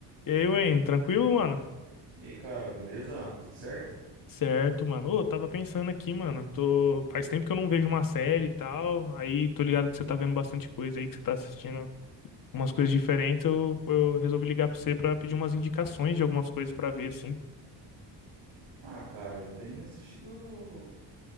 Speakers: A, on the left; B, on the right.
A: E aí, Wayne, tranquilo, mano?
B: E aí, cara, beleza? Tudo certo?
A: Certo, mano. Ô, eu tava pensando aqui, mano. Tô... Faz tempo que eu não vejo uma série e tal. Aí tô ligado que você tá vendo bastante coisa aí, que você tá assistindo umas coisas diferentes. Eu, eu resolvi ligar pra você pra pedir umas indicações de algumas coisas pra ver, assim.
B: Ah, cara, eu tenho assistido.